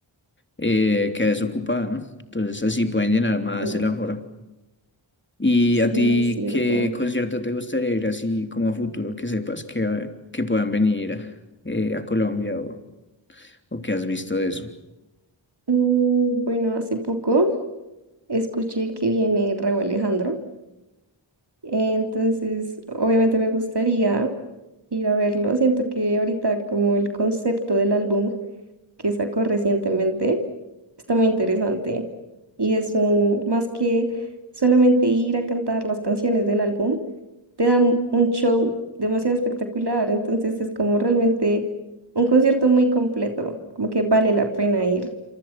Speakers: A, on the left (about 25°); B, on the right (about 55°).
A: eh, queda desocupada, ¿no? Entonces así pueden llenar más
B: Sí,
A: el aforo. ¿Y
B: sí,
A: a ti
B: es cierto.
A: qué concierto te gustaría ir así como a futuro que sepas que, que puedan venir eh, a Colombia o, o que has visto de eso?
B: Mm, Bueno, hace poco escuché que viene Raúl Alejandro, entonces obviamente me gustaría ir a verlo. Siento que ahorita como el concepto del álbum que sacó recientemente. Está muy interesante. Y es un, más que solamente ir a cantar las canciones del álbum, te dan un show demasiado espectacular. Entonces es como realmente un concierto muy completo, como que vale la pena ir.